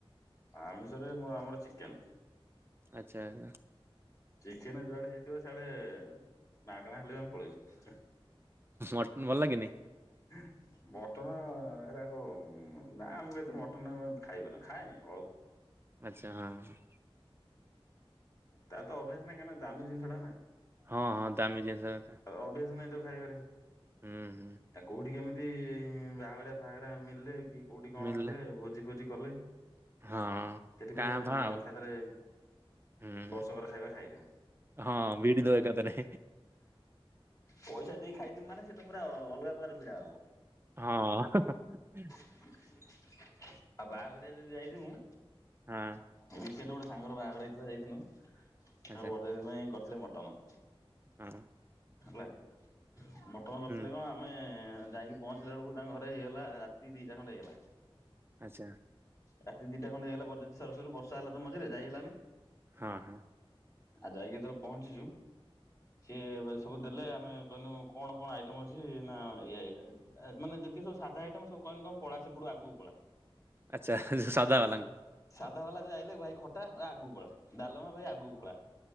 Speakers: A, on the left (about 35°); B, on the right (about 25°).
A: ଆମିଷରେ ଆମର ଚିକେନ।
B: ଆଚ୍ଛା ଆଁ
A: ଚିକେନ ଯୁଆଡେ ହେଇଥିବ ସଆଡେ ମାଗଣା ହେଲେ ଆମେ ପଳେଇବୁ।
B: ମଟନ୍ ଭଲ ଲାଗେନି?
A: <inaudible> ମଟନ ଏଟାକ ନା ଆମକୁ କେତେ ମଟନ ଆମେ ଖାଇବନ ଖାଏ ଅଳପ।
B: ଆଚ୍ଛା ହଁ।
A: ତାର ତ ଅଭ୍ୟାସ ନାହିଁ କାହିକ ନା ଦାମୀ ଜିନିଷ ଟା ନା।
B: ହଁ ହଁ ଦାମୀ ଜିନିଷ।
A: ଆଉ ଅଭ୍ୟାସ ନାହିଁ ତ ଖାଇବାରେ।
B: ହୁଁ ହୁଁ।
A: ଆ କୋଉଠି କେମିତି ବାହାଘରିଆ ଫାଗରିଆ ମିଳିଲେ କି କୋଉଠି କଣ
B: ମିଳିଲା
A: ହେଲେ ଭୋଜି ଫୋଜି କଲେ
B: ହଁ
A: ସେଥିପୁରା
B: କାଁ
A: ଯା
B: ଭାଁ ଆଉ
A: ଏକା ଥରେ
B: ହୁଁ
A: ବର୍ଷକର ଖାଇବା ଖାଇଦଉ।
B: ହଁ ବିଡ଼ି ଦଉ ଏକା ଥରେ।
A: ପଇସା ଦେଇ ଖାଇଥମି ମାନେ ସେଟା ପୁରା ଅଲଗା ପ୍ରକାର ଭିଡା ହବ।
B: ହଁ। <unintelligible>
A: ଆଉ ଯଦି ବାହାଘରିଆ ଯଦି ଯାଇଥି ମୁଁ
B: ହଁ।
A: ଏ ରିସେଣ୍ଟ ଗୋଟେ ସାଙ୍ଗର ବାହାଘର ହେଇଥିଲା ଯାଇଥିନୁ ଆର
B: ଆଚ୍ଛା
A: ବରଯାତ୍ରୀ ପାଇଁ କରିଥିଲେ ମଟନ।
B: ହଁ ହଁ।
A: ହେଲା ମଟନ କରିଥିଲେ
B: ହୁଁ
A: କଣ ତମେ ଯାଇକି ପହଞ୍ଚିଲା ବେଳକୁ ତାଙ୍କ ଘରେ ହେଇଗଲା ରାତି ଦିଟା ଖଣ୍ଡେ ହେଇଗଲା।
B: ଆଚ୍ଛା।
A: ରାତି ଦିଟା ଖଣ୍ଡେ ହେଇଗଲା ବରଯାତ୍ରୀ ସରୁ ସରୁ ବର୍ଷା ହେଲା ତ ମଝିରେ ଯାଇ ହେଲାନି।
B: ହଁ ହଁ।
A: ଆଉ ଯାଇକି ଯେତେବେଳେ ପହଞ୍ଚିଛୁ ସିଏ ଏଵେ ସବୁ ଦେଲେ ଆମେ କହିନୁ କଣ କଣ ଆଇଟମ୍ ଅଛି ନା ଏଇଆ ଏଇଆ। ମାନେ ଯେତିକି ସବୁ ସାଧା ଆଇଟମ ସବୁ କହିଲୁ ତମେ ପଳା ସେପଟକୁ ଆଗକୁ ପଳା।
B: ଆଚ୍ଛା ସେ ସାଧା ବାଲାଙ୍କୁ।
A: ସାଧା ବାଲା ଯଉ ଆଇଲେ ଭାଇ ଖଟା ଆଗକୁ ପଳା। ଡାଲମା ଭାଇ ଆଗକୁ ପଳା।